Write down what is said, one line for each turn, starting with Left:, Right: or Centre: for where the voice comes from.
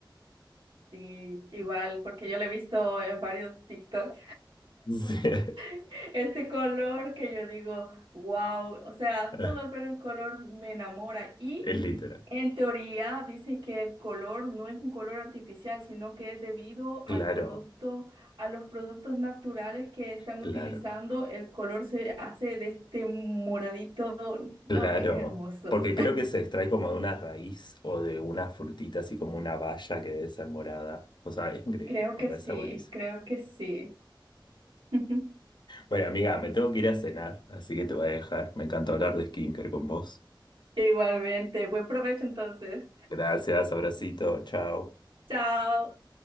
Right: Sí, igual, porque yo lo he visto en varios TikTok,
Left: Sí.
Right: <laughs> este color que yo digo, wow, o sea,
Left: <laughs>
Right: solo al ver el color me enamora. Y
Left: Es literal.
Right: en teoría dice que el color no es un color artificial, sino que es debido al
Left: Claro,
Right: producto, a los productos naturales que están
Left: claro,
Right: utilizando, el color se hace de este moradito,
Left: claro.
Right: ah, es hermoso.
Left: Porque creo que se extrae como de una raíz o de una frutita, así como una baya que debe ser morada. O sea, es increíble,
Right: Creo
Left: me
Right: que
Left: parece
Right: sí,
Left: buenísimo.
Right: creo que sí. <laughs>
Left: Bueno, amiga, me tengo que ir a cenar, así que te voy a dejar. Me encanta hablar de skincare con vos.
Right: Igualmente, buen provecho entonces.
Left: Gracias, abracito, chao.
Right: Chao.